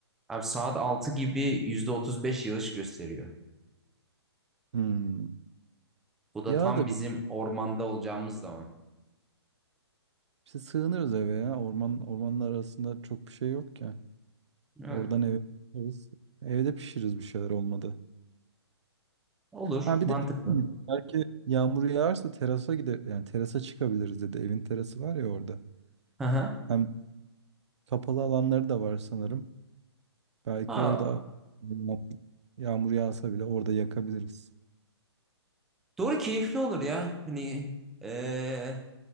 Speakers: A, in the centre; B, on the right (about 80°).
A: Abi saat 6 gibi %35 yağış gösteriyor.
B: Hmm.
A: Bu da
B: Yağ
A: tam
B: da
A: bizim
B: bir.
A: ormanda olacağımız zaman.
B: İşte sığınırız eve ya. Orman, ormanlar arasında çok bir şey yok ki.
A: Evet.
B: Oradan eve pişiririz. Evde pişiririz bir şeyler olmadı.
A: Olur.
B: Ha bir
A: Mantıklı.
B: de belki yağmur yağarsa terasa gider yani terasa çıkabiliriz dedi. Evin terası var ya orada.
A: Hı hı.
B: Hem kapalı alanları da var sanırım. Belki
A: Ha,
B: orada yağmur yağmur yağsa bile orada yakabiliriz.
A: doğru keyifli olur ya. Hani ee,